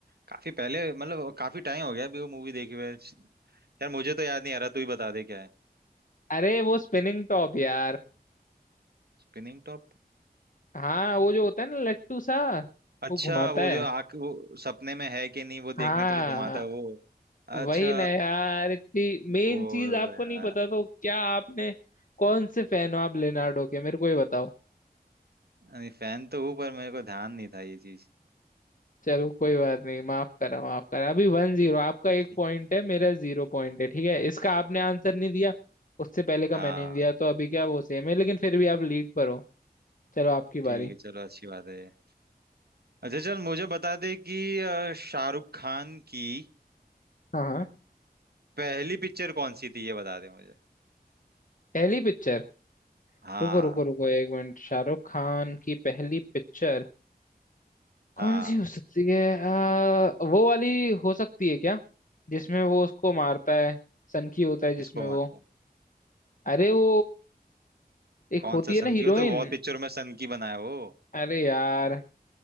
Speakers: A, on the right; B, on the left.
A: काफी पहले मतलब काफी टाइम हो गया अभी वो मूवी देखी हुए यार मुझे तो याद नहीं आ रहा तू ही बता दे क्या है
B: अरे वो स्पिनिंग टॉप यार
A: Spinning top
B: हाँ वो जो होता है ना लट्टू सा
A: अच्छा
B: वो घुमाता
A: वो
B: है
A: जो आंख वो सपने में है कि नहीं वो देखने
B: हाँ
A: के लिए घुमाता है वो अच्छा
B: वही ना यार इतनी मेन
A: बोलो
B: चीज आपको
A: यार
B: नहीं पता तो क्या आपने कौन से फैन हो आप लेनार्डो के मेरे को ही बताओ
A: नहीं फैन तो हूँ पर मेरे को ध्यान नहीं था ये चीज
B: चलो कोई बात नहीं माफ करा माफ करा अभी वन जीरो आपका एक
A: ठीक
B: पॉइंट
A: है।
B: है मेरा जीरो पॉइंट है ठीक है इसका आपने आंसर नहीं दिया उससे पहले का
A: हाँ
B: मैंने नहीं दिया तो अभी क्या वो सेम है लेकिन फिर भी आप लीड पर हो चलो आपकी
A: ठीक
B: बारी
A: है चलो अच्छी बात है ये। अच्छा चल मुझे बता दे कि अ, शाहरुख खान की
B: हाँ हाँ
A: पहली पिक्चर कौन सी थी ये बता दे मुझे
B: पहली पिक्चर
A: हाँ
B: रुको रुको रुको एक मिनट शाहरुख खान की पहली पिक्चर
A: हाँ
B: कौन सी हो सकती है आ, वो वाली हो सकती है क्या जिसमें वो उसको मारता है सनकी होता है
A: किसको
B: जिसमें
A: मानते
B: वो
A: हैं
B: अरे वो एक
A: कौन
B: होती
A: सा
B: है
A: सन
B: ना हीरोइन
A: की हो तो बहुत पिक्चरों में सन की बनाया वो
B: अरे यार